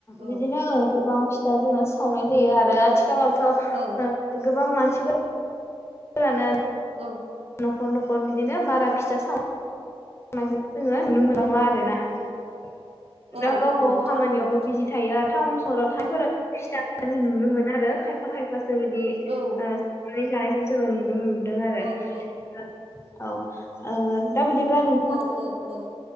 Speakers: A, on the right; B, on the left.
A: औ
B: बिदिनो गोबां फिथा जोङो सावनाय जायो आरो आ आथिखालावथ
A: औ
B: गोबां मानसिफोर फोरानो
A: औ ।
B: न'खर न'खर बिदिनो बारा फिथा साव नायखौ जोङो नुनो मोनबांला आरोना ।
A: औ
B: दा गावबावाव
A: औ नंगौ
B: खामानियावबो
A: थारै नोंथां
B: बिजि थायो आरो टाउन सहराव थाइफोरा <unintelligible> नुनो मोना आरो । खायफा खायफासो बिदि ओ
A: औ
B: संनानै जानायखौ जोङो नुनो मोनबोदों आरो
A: औ औ
B: । औ ओ दा बिदिब्ला नों
A: औ औ औ ।